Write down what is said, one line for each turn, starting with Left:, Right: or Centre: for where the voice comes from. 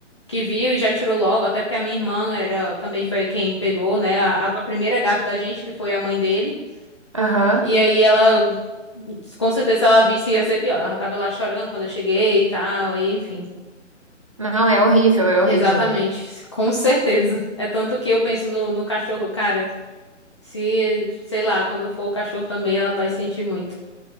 Left: que viu e já tirou logo, até porque a minha irmã era também foi quem pegou, né? A, a primeira gata da gente, que foi a mãe dele.
Right: Aham.
Left: E aí ela, com certeza, se ela visse, ia ser pior. Ela já tava lá chorando quando eu cheguei e tal, aí, enfim.
Right: Não, é horrível, é horrível.
Left: Exatamente, com certeza. É tanto que eu penso no, no cachorro, cara. Se, sei lá, quando for o cachorro também, ela vai sentir muito.